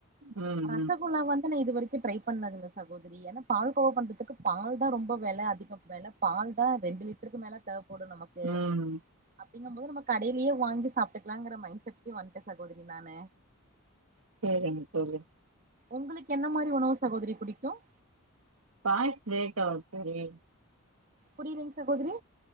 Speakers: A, on the right; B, on the right.
A: உம்
B: ரசகுல்லா வந்து நா இது வரைக்கு ட்ரை பண்ணதில்ல சகோதரி ஏன்னா பால் கோவா பண்றதுக்கு பால் தான் ரொம்ப வெல அதிகம் வெல பால் தா ரெண்டு லிட்டருக்கு மேல தேவப்படும் நமக்கு
A: ம்
B: து அப் <inaudible> அப்டிங்கனுபோது நம்ம கடைலியே வாங்கி சாப்ட்டுக்கலாங்கிற மைண்ட செட்லே வந்துட்டே சகோதரி நான்னு
A: சேரிங்க சேரிங்க
B: உங்களுக்கு என்ன மாதிரி உணவு சகோதரி புடிக்கும்
A: பா்ட் பக் ஆ <unintelligible>
B: புரியல்லீங்க சகோதிரி